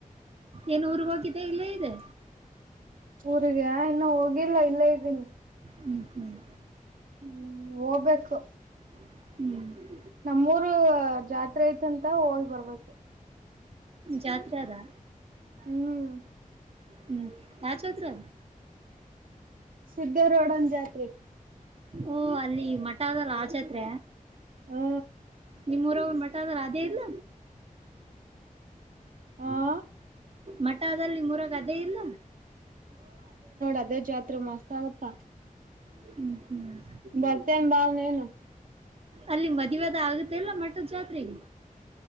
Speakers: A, on the right; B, on the right.
A: ಏನು ಊರ್ ಹೋಗಿದೆ ಇಲ್ಲ ಇದೆ
B: ಊರಿಗೆ ಇನ್ನು ಹೋಗಿಲ್ಲ ಇಲ್ಲೇ ಇದ್ದೀನಿ
A: ಹ್ಮ್ ಹ್ಮ್
B: ಹ್ಮ್ ಹೋಗ್ಬೇಕು
A: ಹ್ಮ್
B: ನಮ್ಮೂರ್ ಜಾತ್ರೆ ಐತಂತ ಹೋಗಿ ಬರ್ಬೇಕು
A: ಜಾತ್ರೆ ಅದಾ
B: ಹ್ಮ್
A: ಹ್ಮ್ ಹಾ ಚೌತ್ರರ
B: ಸುದ್ದ ರೋಡ್ಂದ ಜಾತ್ರಿ
A: ಓ ಅಲ್ಲಿ ಮಠದ ರಾಜತ್ರ
B: ಹಾ
A: ನಿಮ್ಮೂರವನ್ ಮಠ ಆದ ಅೇ ಇಲ್ಲ
B: ಅ ಹಾ
A: ಮಠದಲ್ಲಿ ಮೂರಾಗ ಅದೇ ಇಲ್ಲ
B: ಅದ ಜಾತ್ರೆ ಮಸ್ ಆಗತ್ತ
A: ಹ್ಞೂ ಹ್ಞೂ
B: ಬರ್ತನ್ ಬಾಲ್ ನನು
A: ಅಲ್ಲಿ ಮದ್ುವೇದ ಆಗುತ್ತೆ ಇಲ್ಲ ಮಟ್ಟದ ಜಾತ್ರೆಗೆ